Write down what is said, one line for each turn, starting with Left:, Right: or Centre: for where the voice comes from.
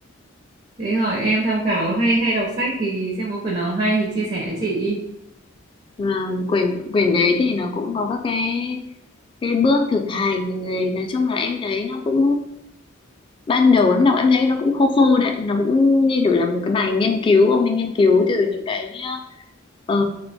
Right: Thế hỏi em tham khảo hay hay đọc sách thì xem có quyển nào hay thì chia sẻ với chị.
Left: <laughs> và quyển quyển đấy thì nó cũng có các cái cái bước thực hành rồi nói chung là em thấy nó cũng ban đầu em đọc em thấy nó cũng khô khô đấy nó cũng như kiểu là một cái bài nghiên cứu ông ấy nghiên cứu từ những cái ờ,